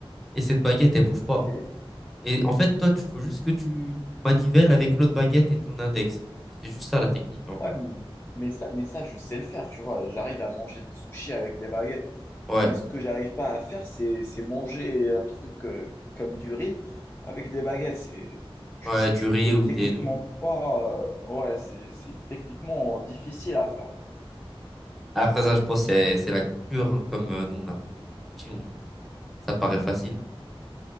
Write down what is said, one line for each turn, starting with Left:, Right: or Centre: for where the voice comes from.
Centre: et cette baguette, elle bouge
Left: Ok.
Centre: pas. Et en fait, toi, tu faut juste que tu manivelles avec l'autre baguette et ton index. C'est juste ça la technique en vrai.
Left: Ouais, m- mais ça, mais ça, je sais le faire, tu vois. J'arrive à manger des sushis avec des baguettes.
Centre: Ouais,
Left: Mais ce que j'arrive pas à faire, c'est c'est manger un truc euh, comme du riz avec des baguettes. C'est, tu,
Centre: ouais,
Left: peux-
Centre: du
Left: tu
Centre: riz
Left: peux
Centre: ou
Left: techniquement
Centre: des nouilles.
Left: pas. euh, ouais, c'est c'est techniquement difficile à faire.
Centre: Après ça, je pense que c'est c'est la culture, hein. Comme euh, nous, on apprend depuis tout petit, on- ça paraît facile.